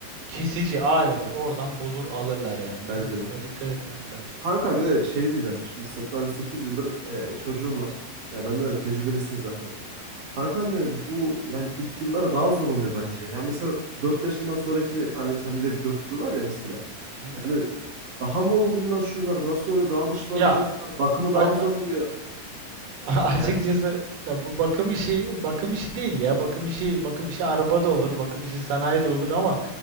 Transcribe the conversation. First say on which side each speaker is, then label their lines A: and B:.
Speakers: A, on the right; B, on the right.
A: kesici aleti oradan bulur alırlar yani. Anladın
B: bence
A: mı?
B: de.
A: Ona dikkat etmek lazım.
B: Kanka bir de şey diyeceğim. Şimdi sen zaten 8 yıldır e, çocuğun var. Ya benden de tecrübelisin zaten. Kankam benim bu yani ilk yıllara daha zor oluyor bence. Yani mesela 4 yaşından sonraki hani sende de bir 4 yıl var ya mesela.
A: Hı hı.
B: Yani daha mı olgunlaşıyorlar? Nasıl oluyor? Daha mı şımarık
A: Ya
B: oluyorlar? Bakımı
A: A-
B: daha mı
A: a-
B: zor oluyor?
A: <laughs> açıkçası
B: Yani
A: ya bu bakım işi bakım işi değil ya. Bakım işi bakım işi araba da olur, bakım işi sanayi de olur ama